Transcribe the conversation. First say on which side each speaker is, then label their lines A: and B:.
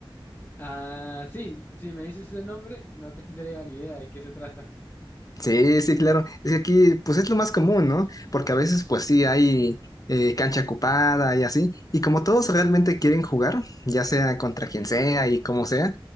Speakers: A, on the left; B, on the left.
A: Ah, sí, si me dices ese nombre, no tendría ni idea de qué se trata.
B: Sí, sí, claro. Es que aquí, pues es lo más común, ¿no? Porque a veces, pues sí, hay eh, cancha ocupada y así. Y como todos realmente quieren jugar, ya sea contra quien sea y como sea,